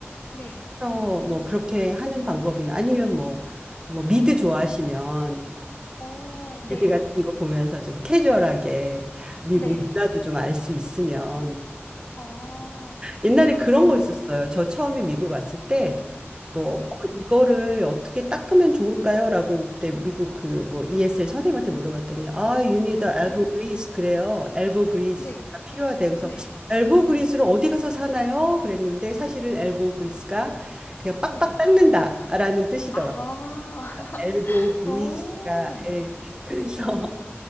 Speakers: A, on the left (about 55°); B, on the right (about 20°).
A: 네.
B: 그래서 뭐 그렇게 하는 방법이나 아니면 뭐, 뭐 미드 좋아하시면
A: 어, 네.
B: 미드 같은 거 보면서 좀 캐주얼하게 미국
A: 네.
B: 문화도 좀 알 수 있으면
A: 어,
B: 옛날에 그런
A: 미드.
B: 거 있었어요. 저 처음에 미국 왔을 때
A: 네.
B: 뭐,
A: 네.
B: 어, 이거를 어떻게 닦으면 좋을까요? 라고 그때 미국 그 뭐 ESL 선생님한테 물어봤더니, 아, you need a elbow
A: 네.
B: grease. 그래요. elbow grease가
A: 네.
B: 필요하대요. 그래서
A: 네.
B: elbow grease를 어디 가서 사나요? 그랬는데 사실은 elbow grease가 그냥 빡빡
A: 네.
B: 닦는다라는 뜻이더라고요.
A: 아. <laughs>
B: elbow grease가,
A: 오.
B: 예. 그래서